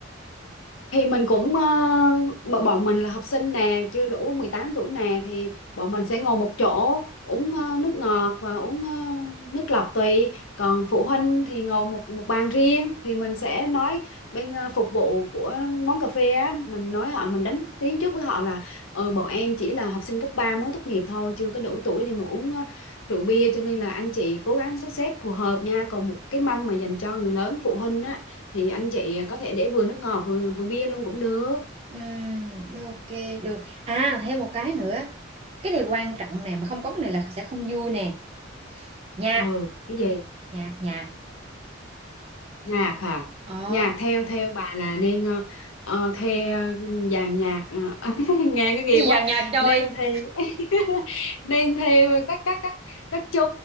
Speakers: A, on the left; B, on the right.
A: thì mình cũng ờ, b- bọn mình là học sinh nè chưa đủ 18 tuổi nè thì bọn mình sẽ ngồi một chỗ uống ờ, nước ngọt và uống ờ, nước lọc tùy còn phụ huynh thì ngồi một một bàn riêng thì mình sẽ nói bên ờ, phục vụ của món cà phê á mình nói họ mình đánh tiếng trước với họ là ừ bọn em chỉ là học sinh cấp 3 mới tốt nghiệp thôi chưa có đủ tuổi để mà uống ờ, rượu bia cho nên là anh chị cố gắng sắp xếp phù hợp nha còn một cái mâm mà dành cho người lớn phụ huynh á thì anh chị có thể để vừa nước ngọt vừa vừa bia luôn cũng được
B: Ừm, ok được à thêm một cái nữa cái này quan trọng nè mà không có cái này là sẽ không vui nè nhạc
A: ừ cái gì
B: nhạc nhạc
A: nhạc hả
B: ờ
A: nhạc theo theo bà là nên ờ, ờ, thuê ờ, dàn nhạc ờ, <laughs> nghe cái ghê
B: gì
A: quá
B: vậy nhạc trời
A: nên thuê <laughs> nên thuê các các các các chú